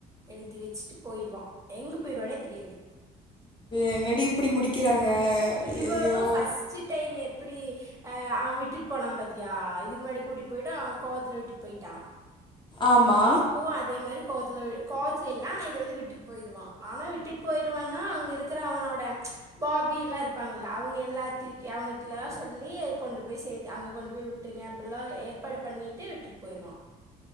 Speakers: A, on the right; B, on the left.
A: எழுதி வச்சிட்டு போயிருவா எங்க போயிருவானே தெரியாது
B: என்னடி இப்டி முடிக்கிறாங்க
A: இவளும்
B: ஐயையோ
A: ஃபஸ்ட்டு டைம் எப்டி அ அவ விட்டுட் போனாம் பாத்தியா இதுக்கு முன்னாடி கூட்டிட்டு போய்ட்டு அவ கோவத்துல விட்டுட்டு போயிட்டா
B: ஆமா.
A: இப்போவு அதே மாரி கோவத்துல கோவத்துல இல்ல ஆனா இத வந்து விட்டுட் போயிருவா ஆனா விட்டுட் போயிருவான்னா அங்க இருக்குற அவனோட பாபில்லா இருப்பாங்கல்ல அவங்க எல்லா தீட்டி அவங்கட்லா சொல்லி கொண்டு போய் சேத் அங்க கொண்டு போய் விட்ருங்க அப்பில்லா ஏற்பாடு பண்ணிட்டு விட்டுட் போயிருவா